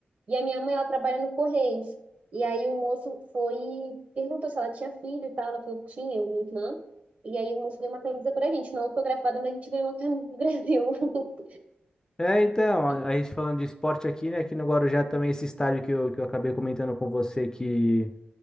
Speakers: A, on the right; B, on the left.
A: E a minha mãe, ela trabalha no Correios. E aí o moço foi e perguntou se ela tinha filho e tal. Ela falou que tinha, eu e minha irmã. E aí o moço deu uma camisa pra gente, não autografada, mas a gente ganhou uma camisa do Brasil. <laughs>
B: É, então, a,
A: E-
B: a gente falando de esporte aqui, né? Aqui no Guarujá também esse estádio que eu, que eu acabei comentando com você que